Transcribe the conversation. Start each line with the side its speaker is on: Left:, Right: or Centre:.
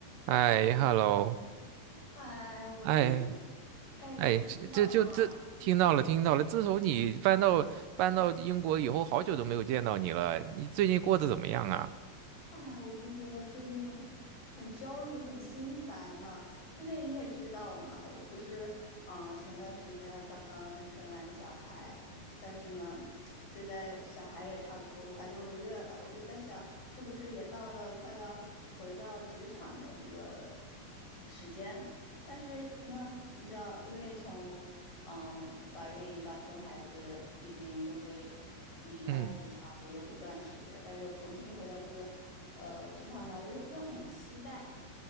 Right: 哎，hello，
Left: 哎，我最近，
Right: 哎
Left: 哎，
Right: 哎，这这就这听到了，
Left: 听到我说话，
Right: 听到了。自从你搬到搬到英国以后，好久都没有见到你了。你最近过得怎么样啊？
Left: 哎呀，我就觉得最近很焦虑，很心烦呢。因为你也知道嘛，我不是，嗯，前段时间刚刚生完小孩，但是呢，现在小孩也差不多快六个月了，我就在想，是不是也到了快要回到职场的一个时间？但是呢，你知道，因为从嗯，怀孕到生孩子，毕竟中间离开职场也有一段时间，
Right: 嗯
Left: 但是又重新回到这个呃职场呢，我又又很期待，